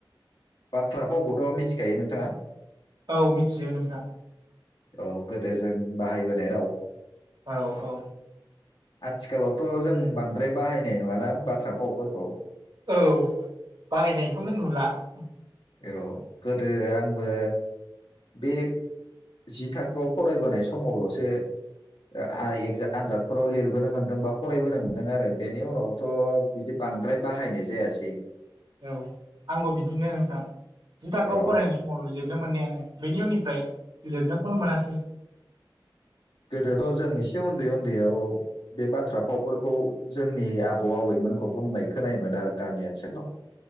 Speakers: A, on the left; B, on the right.
A: बाथ्रा फावखौथ' मिथिखायो नोंथाङा?
B: औ मिथियो नोंथां ।
A: औ गोदो जों बाहायबोनाय राव
B: औ औ
A: आथिखालावथ' जों बांद्राय बाहायनाय नुआना बाथ्रा फावफोरखौ?
B: औ बाहायनायखौनो नुला ।
A: औ गोदो आंबो बे जि थाखोआव फरायबोनाय समावल'सो ए आनजादफोराव लिरबोनो मोनदों बा फरायबोनो मोन्दों आरो बेनि उनावथ' बिदि बांद्राय बाहायनाय जायासै ।
B: औ आंबो बिदिनो नोंथां जिु थाखोआव
A: औ
B: फरायनाय समावल' लिर नो मोननायानो । बेनि उननिफ्राय लिरनोखौनो मोनासै । <unintelligible>
A: थ' जों एसे उन्दै उन्दैयाव बे बाथ्रा फावफोरखौ जोंनि आबौ आबैमोनखौ बुंनाय खोनायोमोन आरो गामि ओनसोलाव ।